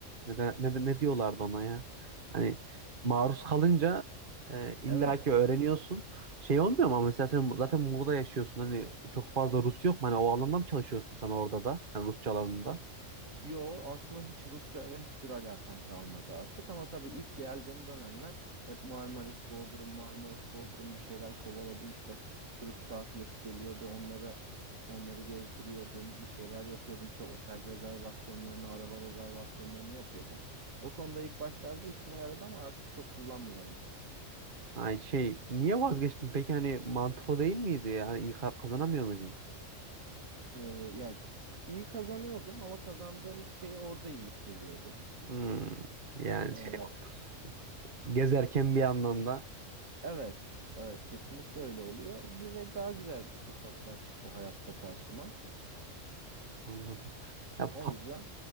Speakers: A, on the right; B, on the right.
A: neden, ne, de- ne diyorlardı ona ya? Hani maruz kalınca e, illaki
B: Evet.
A: öğreniyorsun. Şey olmuyor mu ama mesela sen zaten Muğla'da yaşıyorsun. Hani çok fazla Rus yok mu? Hani o alanda mı çalışıyorsun sen orada da? Hani Rusça alanında.
B: Yo aslında hiç Rusça ile hiçbir alakam kalmadı artık ama tabii ilk geldiğim dönemler hep Marmaris, Bodrum, Marmaris, Bodrum bir şeyler kovaladım işte turist kafilesi geliyordu onları onları gezdiriyordum bir şeyler yapıyordum işte otel rezervasyonlarını araba rezervasyonlarını yapıyordum. O konuda ilk başlarda işime yaradı ama artık çok kullanmıyorum.
A: Hani şey niye vazgeçtin peki? Hani mantıklı değil miydi? Hani iyi ka- kazanamıyor muydun?
B: Ee, yani iyi kazanıyordum ama kazandığım şeyi orada yiyip geliyordum.
A: Hmm, yani
B: Ee,
A: şey oluyordu. Gezerken bir yandan da
B: Evet, evet kesinlikle öyle oluyor. Bir ve daha güzel fırsatlar çıktı hayatta karşıma.
A: anladım. Ya
B: O yüzden